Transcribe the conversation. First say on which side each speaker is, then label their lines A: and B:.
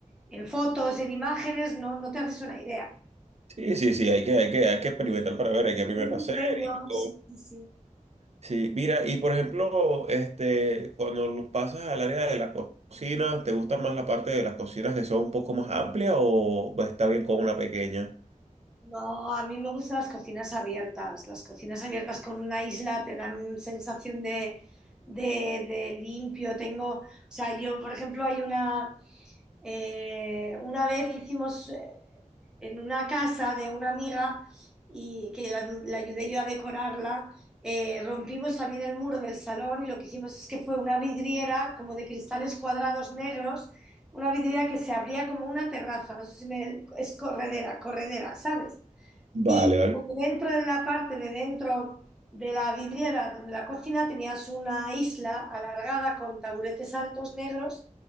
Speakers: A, in the centre; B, on the right (about 55°).
A: en fotos, en imágenes, no, no te haces una idea.
B: Sí, sí, sí, hay que, hay que, hay que experimentar para ver, hay que primero
A: Un diseño,
B: hacer. y luego-
A: sí, sí, sí.
B: Sí, mira, y por ejemplo, este, cuando lo pasas al área de la co- cocina, ¿te gusta más la parte de las cocinas que son un poco más amplias o está bien con una pequeña?
A: No, a mí me gustan las cocinas abiertas. Las cocinas abiertas con una isla te dan una sensación de, de- de limpio. Tengo, o sea, yo, por ejemplo, hay una, Eh, una vez hicimos eh, en una casa de una amiga y que la, la ayudé yo a decorarla, eh, rompimos también el muro del salón y lo que hicimos es que fue una vidriera como de cristales cuadrados negros, una vidriera que se abría como una terraza, no sé si me... es corredera, corredera, ¿sabes?
B: Vale,
A: Y
B: vale.
A: porque dentro de la parte de dentro de la vidriera de la cocina tenías una isla alargada con taburetes altos negros